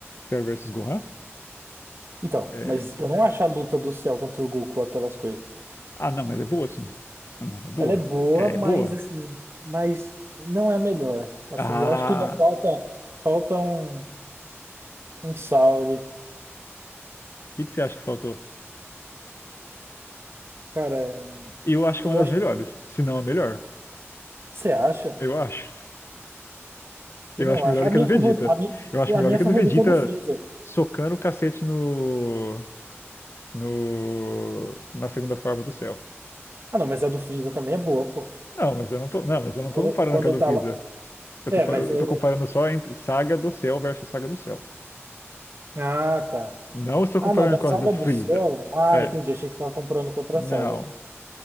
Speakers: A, on the left (about 60°); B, on the right (about 60°).
A: Cell versus Gohan.
B: Então,
A: É,
B: mas eu não acho a luta do céu contra o Goku aquelas coisas.
A: Ah, não, mas ela é boa, sim. Não, mas ela é boa.
B: Ela é boa,
A: Ela
B: mas
A: é boa.
B: assim, mas não é a melhor. Assim,
A: Ah,
B: eu acho que ainda falta falta um um sal ali.
A: o que que você acha que faltou?
B: Cara,
A: Eu acho que
B: eu
A: é uma das
B: acho
A: melhores,
B: que
A: se não a melhor.
B: você acha?
A: Eu acho. Eu
B: Eu não
A: acho
B: acho.
A: melhor do
B: A
A: que
B: minha
A: a do Vegeta.
B: favorita, a minha,
A: Eu acho melhor
B: a minha
A: do que
B: favorita
A: a do Vegeta
B: é a do Freeza.
A: socando o cacete no, no, na segunda forma do céu.
B: Ah, não, mas a do Freeza também é boa, pô.
A: Não, mas eu não tô, não, mas eu não
B: Quando,
A: tô comparando
B: quando
A: com a do
B: tá
A: Freeza.
B: lá.
A: Eu
B: É,
A: tô, fa-
B: mas
A: eu
B: eu...
A: tô comparando só entre Saga do Céu versus Saga do Céu.
B: Ah, tá.
A: Não estou
B: Ah,
A: comparando
B: não, da
A: com
B: Saga
A: as do Freeza.
B: do Céu. Ah,
A: É,
B: entendi. Achei que você tava comprando com outras
A: não.
B: sagas.